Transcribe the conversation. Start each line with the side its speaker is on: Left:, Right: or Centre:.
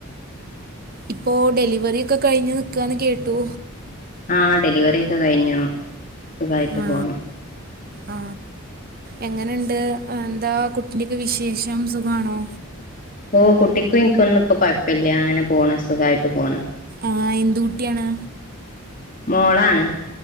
Right: ഇപ്പോ ഡെലിവറി ഒക്കെ കഴിഞ് നിക്കാന്ന് കേട്ടു.
Left: ആ, ഡെലിവറി ഒക്കെ കഴിഞ്ഞു. സുഖായിട്ട്
Right: ആ.
Left: പോണ്
Right: അ, എങ്ങനെണ്ട് എഹ് എന്താ കുട്ടിന്റെക്കെ വിശേഷം സുഖാണോ?
Left: ഓ, കുട്ടിക്കും ഇനിക്കൊന്നും ഇപ്പ കൊഴപ്പില്യ അങ്ങനെ പോണ് സുഖായിട്ട് പോണ്.
Right: ആ, എന്ത് കുട്ടിയാണ്?
Left: മോളാണ്.